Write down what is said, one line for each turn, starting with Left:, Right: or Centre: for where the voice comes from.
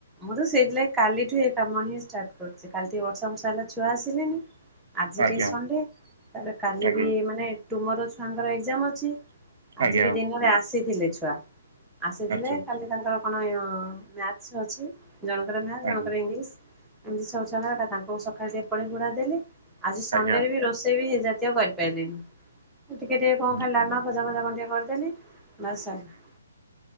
Centre: ମୁଁ ତ ସେଇଥିଲାଗ କାଲିଠୁ ଏ କାମ ହିଁ ଷ୍ଟାର୍ଟ କରୁଚି କାଲି ଟିକେ ବର୍ଷା ଫର୍ଷା ହେଲା ଛୁଆ ଆସିଲେନି ଆଜି
Right: ଆଜ୍ଞା
Centre: ଟେ ସଣ୍ଡେ ତାପରେ କାଲି
Right: ଆଜ୍ଞା
Centre: ବି ମାନେ ଟୁ ମୋର ଛୁଆଙ୍କର ଏଗଜାମ ଅଛି ଆଜି
Right: ଆଜ୍ଞା
Centre: ବି ଦିନରେ ଆସିଥିଲେ ଛୁଆ ଆସିଥିଲେ
Right: ଆଚ୍ଛା ଆଚ୍ଛା
Centre: କାଲି ତାଙ୍କର କଣ ମ୍ୟାଥ ଅଛି ଜଣଙ୍କର ମ୍ୟାଥ
Right: ଆଜ୍ଞା
Centre: ଜଣଙ୍କର ଇଂଲିଶ ଏମିତି ସବୁ ଛୁଆଙ୍କର ଗଲା ତାଙ୍କୁ ସକାଳୁ ଟିକେ ପଢ଼େଇ ପୁଢା ଦେଲି ଆଜି ସଣ୍ଡେରେ
Right: ଆଜ୍ଞା।
Centre: ବି ରୋଷେଇ ବି ହେଇ ଜାତୀୟ କରି ପାଇଲିନି ଟିକେ ଟିକେ କଣ
Right: ଆଜ୍ଞା
Centre: ଖାଲା ଡାଲମା ଭଜା ଫଜା କଣ ଟିକେ କରିଦେଲି ବାସ ସଇଲା